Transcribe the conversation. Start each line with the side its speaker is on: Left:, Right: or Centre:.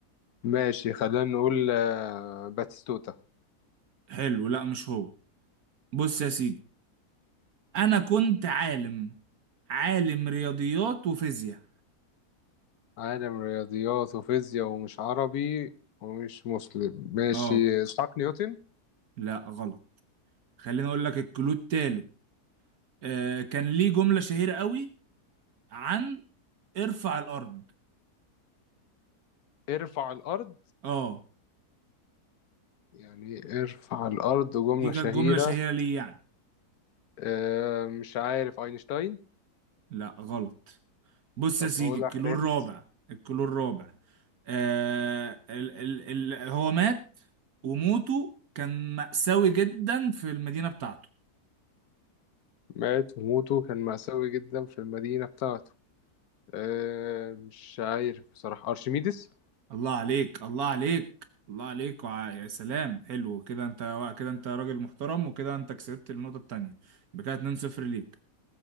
Left: ماشي خلينا نقول آه، باتيستوتا
Right: حلو لا مش هو بص يا سيدي انا كنت عالم عالم رياضيات وفيزياء
Left: عالم رياضيات وفيزياء ومش عربي ومش مسلم ماشي
Right: اه
Left: إسحاق نيوتن
Right: لا غلط خليني اقول لك الكلود التالت آه كان ليه جملة شهيرة قوي عن ارفع الارض
Left: ارفع الأرض
Right: اه
Left: يعني إيه ارفع الأرض جملة
Right: دي كانت
Left: شهيرة
Right: جمله شهيره ليه يعني
Left: آه، مش عارف أينشتاين
Right: لا غلط بص
Left: طب
Right: يا سيدي
Left: هو الأخراني
Right: الكيلو الرابع الكيلو الرابع آه ال ال ال هو مات وموته كان مأساوي جدا في المدينه بتاعته
Left: مات وموته كان مأساوي جدا في المدينة بتاعته أه مش عارف بصراحة أرشميدس
Right: الله عليك الله عليك الله عليك وع- يا سلام حلو كده انت كده انت راجل محترم وكده انت كسبت النقطه التانيه يبقى كده 2-0 ليك